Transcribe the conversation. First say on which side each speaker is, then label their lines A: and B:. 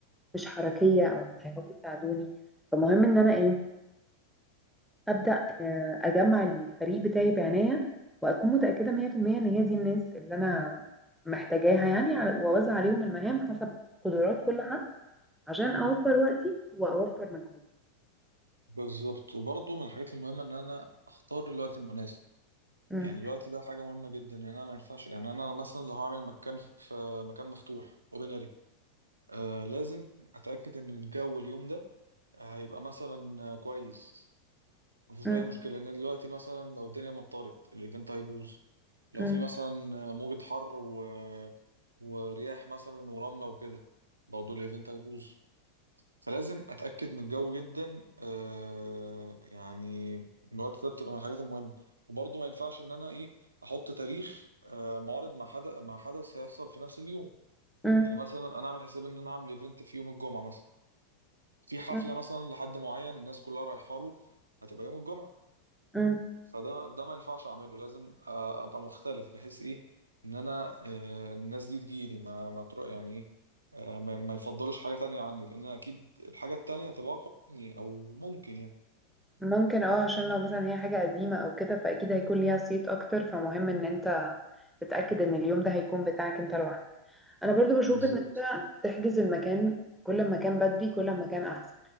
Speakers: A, in the centre; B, on the right.
A: مش حركيه او مش هيعرفوا يساعدوني فمهم ان انا ايه ابدا آه، اجمع الفريق بتاعي بعناية واكون متأكدة 100% ان هي دي الناس اللي انا محتاجاها يعني على- واوزع عليهم المهام حسب قدرات كل حد عشان اوفر وقتي واوفر مجهودي
B: بالظبط وبرضه من الحاجات المهمه ان انا اختار الوقت المناسب
A: مم.
B: يعني الوقت ده حاجة مهمة جدا يعني انا ما ينفعش يعني انا مثلا لو هعمل مكان في مكان مفتوح اوبن اري آه لازم اتأكد ان الجو اليوم ده هيبقى مثلا كويس مفيش
A: مم.
B: اي مشكلة ان دلوقتي مثلا لو الدنيا مطرت الايفنت هيبوظ لو
A: مم.
B: في مثلا موجة حر و... ورياح مثلا ورملة وكده برضه الايفنت هيبوظ فلازم اتاكد من الجو جدا آه يعني من الوقت ده بتبقى من الحاجات المهمه وبرضه ما ينفعش ان انا ايه احط تاريخ آه معارض مع حدث مع حدث هيحصل في نفس اليوم
A: مم.
B: يعني مثلا انا اعمل حساب ان انا اعمل ايفنت في يوم الجمعه مثلا في حفله
A: مم.
B: مثلا لحد معين الناس كلها رايحه له هتبقى يوم الجمعه
A: مم.
B: فده ده ما ينفعش اعمله لازم آه، ابقى مختلف بحيث ايه ان انا آه، الناس دي تجيلي ما ما تروح يعني ايه آه، ما ما يفضلوش حاجة تانية عني لان اكيد الحاجة التانية هتبقى اقوى مني او ممكن يعني
A: ممكن اه عشان لو مثلا هي حاجة قديمة او كده فاكيد هيكون ليها صيت اكتر فمهم ان انت تتأكد ان اليوم ده هيكون بتاعك انت لوحدك انا برضو بشوف
B: بالظبط
A: ان انت تحجز المكان كل ما كان بدري كل ما كان احسن